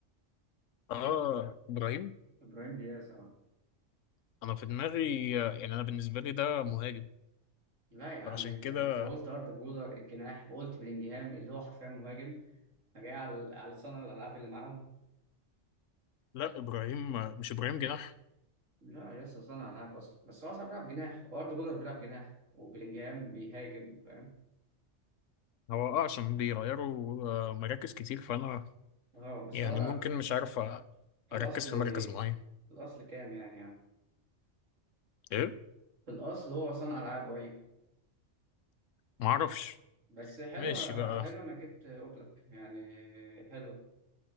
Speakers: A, on the left; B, on the right.
A: اه ابراهيم
B: ابراهيم دياز اه
A: انا في دماغي يعني انا بالنسبه لي ده مهاجم
B: لا يا عم
A: فعشان
B: انت
A: كده
B: انت قلت اردا جولر الجناح وقلت بلينجهام اللي هو حرفيا مهاجم فجاي على على صانع الالعاب اللي معاهم
A: لا ابراهيم مش ابراهيم جناح
B: لا لسه صانع العاب اصلا بس هو اصلا بيلعب جناح واردا جولر بيلعب جناح وبلينجهام بيهاجم فاهم
A: هو اه عشان بيغيروا آه، مراكز كتير فانا
B: اه بس
A: يعني
B: هو
A: ممكن مش عارف أ-
B: في
A: اركز
B: الاصل
A: في
B: في
A: مركز معين
B: الاصل كام يعني اه.
A: ايه
B: في الاصل هو صانع العاب ايوه
A: ما اعرفش
B: بس حلو
A: ماشي بقى
B: حلو انك جبت اوبلك يعني حلو